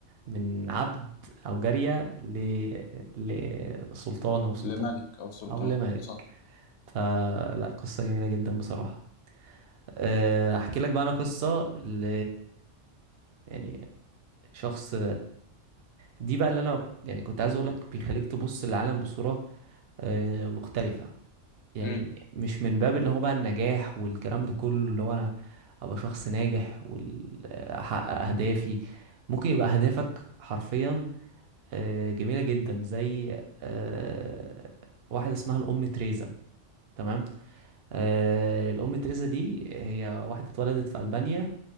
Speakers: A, on the right (about 60°); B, on the left (about 70°).
A: من عبد او جارية ل... لسلطان او سلطانة
B: لملك أو سلطان
A: او لملك
B: صح
A: فلا قصة جميلة جدا بصراحة آه، احكي لك بقى انا قصة ل يعني شخص دي بقى اللي انا يعني كنت عايز اقول لك بيخليك تبص للعالم بصورة آه، مختلفة يعني
B: امم
A: مش من باب اللي هو بقى النجاح والكلام ده كله اللي هو انا ابقى شخص ناجح واحقق اهدافي ممكن يبقى اهدافك حرفيا آه، جميلة جدا زي آه، واحد اسمها الام تريزا تمام آه، الام تريزا دي هي واحدة اتولدت في ألبانيا